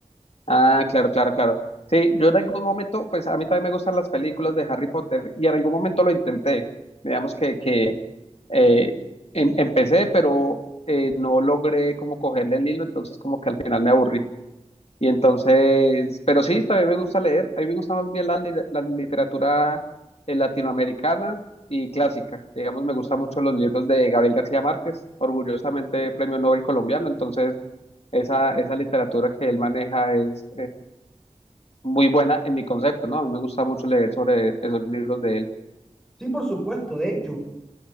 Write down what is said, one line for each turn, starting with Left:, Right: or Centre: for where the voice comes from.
Left: Ah, claro, claro, claro. Sí, yo en algún momento, pues a mí también me gustan las películas de Harry Potter y en algún momento lo intenté. Digamos que, que eh, em- empecé, pero eh, no logré como cogerle el hilo, entonces como que al final me aburrí. Y entonces, pero sí, también me gusta leer. A mí me gusta más bien la, li- la literatura eh, latinoamericana y clásica. Digamos, me gustan mucho los libros de Gabriel García Márquez, orgullosamente Premio Nobel colombiano. Entonces, esa, esa literatura que él maneja es muy buena en mi concepto, ¿no? A mí me gusta mucho leer sobre esos libros de él.
Centre: Sí, por supuesto, de hecho.